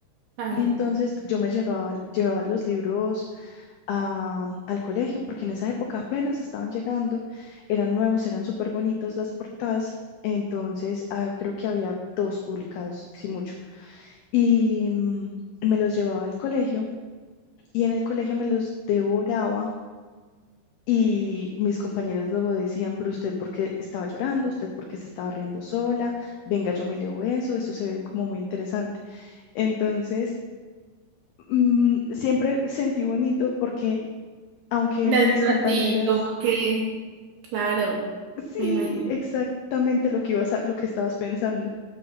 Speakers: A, on the right; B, on the left.
A: claro,
B: Y entonces yo me llegaba, llevaba los libros a- al colegio porque en esa época apenas estaban llegando, eran nuevos, eran súper bonitos las portadas. Entonces ah, creo que había dos publicados, si mucho. Y mm, me los llevaba al colegio y en el colegio me los devoraba Y mis compañeras luego decían, pero usted por qué estaba llorando, usted por qué se estaba riendo sola, venga, yo me leo eso, eso se ve como muy interesante. Entonces, mm, siempre sentí bonito porque aunque
A: gracias
B: mis compañeras,
A: a ti, como que, claro,
B: sí,
A: me imagino.
B: exactamente lo que ibas a- lo que estabas pensando,